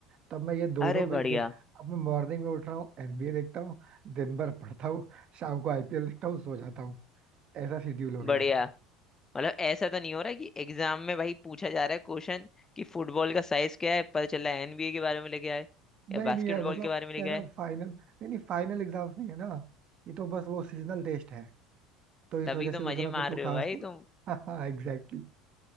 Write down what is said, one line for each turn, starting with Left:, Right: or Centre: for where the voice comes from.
Right: तब मैं ये दोनों
Left: अरे बढ़िया
Right: भी देख अब मैं मॉर्निंग में उठ रहा हूँ एनबीए देखता हूँ दिन भर पढ़ता हूँ शाम को आईपीएल देखता हूँ सो जाता हूँ ऐसा शेड्यूल हो गया
Left: बढ़िया
Right: है
Left: मतलब ऐसा तो नहीं हो रहा कि एग्जाम में भाई पूछा जा रहा है क्वेश्चन कि फुटबॉल का साइज क्या है पता चला एनबीए के बारे में लेके आए या
Right: नहीं
Left: बास्केटबॉल
Right: नहीं यार मतलब
Left: के बारे में लेके
Right: क्या है
Left: आए
Right: ना फाइनल नहीं नहीं फाइनल एग्जाम्स नहीं है ना ये तो बस वो सीजनल टेस्ट है तो इस
Left: तभी
Right: वजह
Left: तो
Right: से उतना
Left: मजे
Right: कुछ
Left: मार
Right: वो
Left: रहे हो
Right: खास
Left: भाई
Right: <laughs>
Left: तुम
Right: हाँ एग्जैक्टली